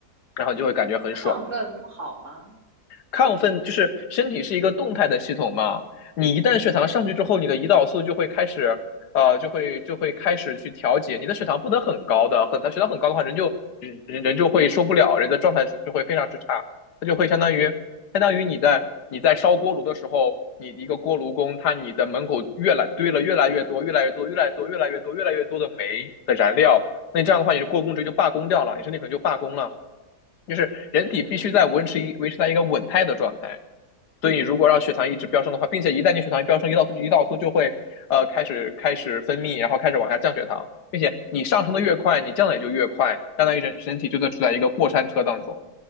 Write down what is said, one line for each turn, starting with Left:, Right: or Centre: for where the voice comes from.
Left: 然后你就会感觉很爽。
Right: 亢奋不好吗？
Left: 亢奋就是身体是一个动态的系统嘛，你一旦血糖上去之后，你的胰岛素就会开始，呃，就会就会开始去调节，你的血糖不能很高的，很血糖很高的话，人就人人就会受不了，人的状态就会非常之差，它就会相当于相当于你在你在烧锅炉的时候，你一个锅炉工，他你的门口越来堆了越来越多、越来越多、越来越多、越来越多、越来越多的煤的燃料，那这样的话，你的锅工直接就罢工掉了，你身体可能就罢工了。就是人体必须在维持一维持在一个稳态的状态。
Right: 嗯
Left: 所以你如果让血糖一直飙升的话，并且一旦你血糖飙升，胰岛素胰岛素就会呃开始开始分泌，然后开始往下降血糖，并且你上升的越快，你降的也就越快，相当于人人体就在处在一个过山车当中。